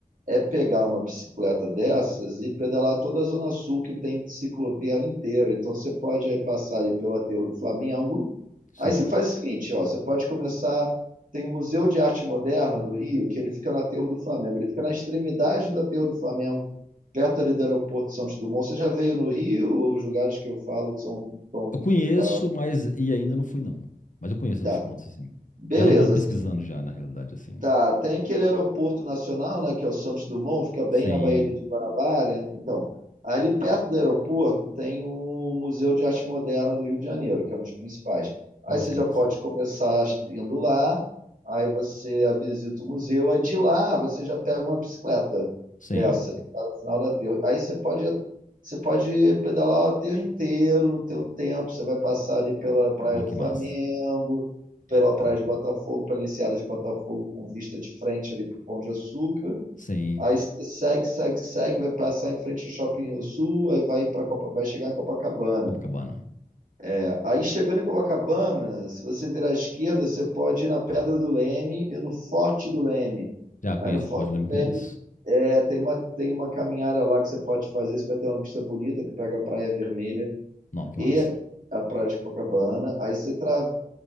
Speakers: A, on the right; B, on the left.
A: é pegar uma bicicleta dessas e pedalar toda a Zona Sul que tem ciclovia ali inteira. Então você pode aí passar ali pelo aterro do Flamengo.
B: Sim.
A: Aí você faz o seguinte, ó, você pode começar. Tem o Museu de Arte Moderna do Rio, que ele fica no aterro do Flamengo. Ele fica na extremidade do aterro do Flamengo, perto ali do aeroporto de Santos Dumont. Você já veio no Rio? Os lugares que eu falo são tão,
B: Eu conheço,
A: tá,
B: mas... E ainda não fui, não. Mas eu conheço
A: tá.
B: os pontos, assim.
A: Beleza.
B: Já tô dando pesquisando já, na realidade, assim, né?
A: Tá, tem aquele aeroporto nacional, né, que é o Santos Dumont, fica bem
B: Sim.
A: na Baía de Guanabara. Então, ali perto do aeroporto tem o Museu de Arte Moderna do Rio de Janeiro, que é um dos principais. Aí
B: Nossa,
A: você
B: que
A: já
B: massa.
A: pode começar indo lá, aí você visita o museu, aí de lá você já pega uma bicicleta
B: Sim.
A: dessa, que está no final da aterro. Aí você pode, você pode pedalar o aterro inteiro no teu tempo, você vai passar ali pela Praia
B: Nó,
A: do
B: que
A: Flamengo,
B: massa.
A: pela praia de Botafogo, pela enseada de Botafogo, com vista de frente ali pro Pão de Açúcar.
B: Sim.
A: Aí você segue, segue, segue, vai passar em frente ao Shopping Rio Sul, aí vai para vai chegar em Copacabana.
B: Copacabana.
A: É, aí chegando em Copacabana, se você virar à esquerda, você pode ir na Pedra do Leme e no Forte do Leme.
B: Já conheço,
A: Aí no Forte
B: pode lembrar,
A: do Leme
B: conheço.
A: é, tem uma tem uma caminhada lá que você pode fazer, você vai ter uma vista bonita que pega a Praia Vermelha
B: Nó, que
A: e
B: massa.
A: a Praia de Copacabana. Aí você tra-